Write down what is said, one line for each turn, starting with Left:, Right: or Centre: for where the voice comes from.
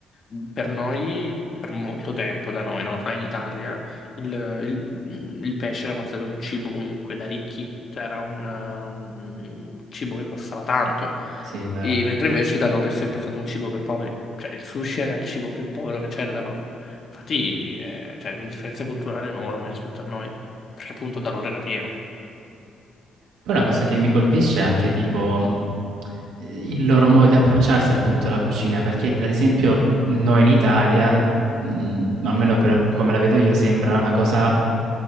Left: mm, per noi, per molto tempo da noi, no? Sai, in Italia il, il- mm, il pesce era considerato un cibo comunque da ricchi, cioè era un, eh, un cibo che costava tanto.
Right: Sì, è vero.
Left: E- mentre invece da loro è sempre stato un cibo per poveri. Cioè, il sushi era il cibo più povero che c'era da loro. Infatti, eh, c'è una differenza culturale enorme rispetto a noi, perché appunto da loro era pieno.
Right: Poi una cosa che mi colpisce è anche tipo eh, il loro modo di approcciarsi appunto alla cucina, perché ad esempio noi in Italia, mh, almeno per come la vedo io, sembra una cosa